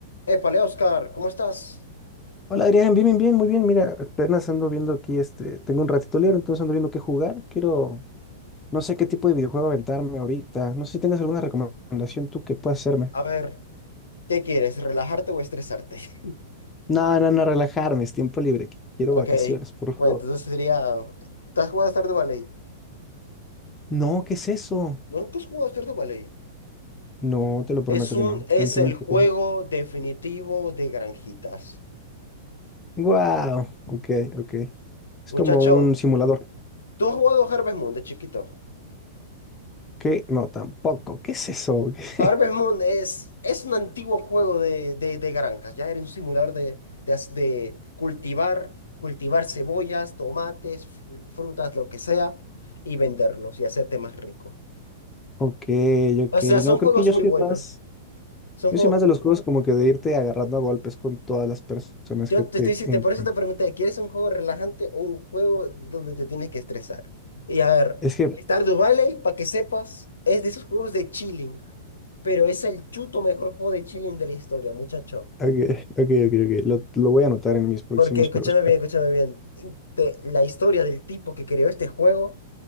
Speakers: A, on the left (about 70°); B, on the left (about 20°).
A: Épale, Oscar, ¿cómo estás?
B: Hola Adrián, bien, bien, bien, muy bien. Mira, apenas ando viendo aquí, este, tengo un ratito libre, entonces ando viendo qué jugar. Quiero, no sé qué
A: Mm.
B: tipo de videojuego aventarme ahorita. No sé si tengas alguna recomendación tú que puedas hacerme.
A: A ver, ¿qué quieres? ¿Relajarte o estresarte? <laughs>
B: No, no, no, relajarme, es tiempo libre. qu- Quiero
A: Ok,
B: vacaciones, por favor.
A: bueno, entonces sería... ¿Te has jugado a Stardew de Valley?
B: No, ¿qué es eso?
A: ¿Nunca has jugado a Stardew Valley?
B: No, te lo prometo
A: Es un,
B: que no.
A: es
B: Cuéntame
A: el
B: un
A: juego
B: poco.
A: definitivo de granjitas.
B: Wow, ok, ok. Es
A: Muchacho,
B: como un simulador.
A: ¿tú has jugado a Harvest Moon de chiquito?
B: ¿Qué? No, tampoco. ¿Qué es eso? <laughs>
A: Harvest Moon es, es un antiguo juego de, de, de granjas, ya era un simulador de, de, as- de cultivar, cultivar cebollas, tomates, fr- frutas, lo que sea, y venderlos y hacerte más rico.
B: Ok, ok.
A: O sea, son
B: No, creo
A: juegos
B: que yo
A: muy
B: soy
A: buenos,
B: más.
A: son
B: Yo
A: juegos
B: soy más
A: buenos.
B: de los juegos como que de irte agarrando a golpes con todas las personas
A: Yo
B: que te
A: te estoy diciendo,
B: encuentras.
A: por eso te pregunté, ¿quieres un juego relajante o un juego donde te tienes que estresar? Y a ver,
B: Es que, <laughs> ok,
A: Stardew Valley, para que sepas, es de esos juegos de chilling, pero es el chuto mejor juego de chilling de la historia, muchacho.
B: ok, ok, ok. Lo, lo voy a anotar en mis próximos
A: Porque escúchame
B: juegos.
A: bien, escúchame bien. te- la historia del tipo que creó este juego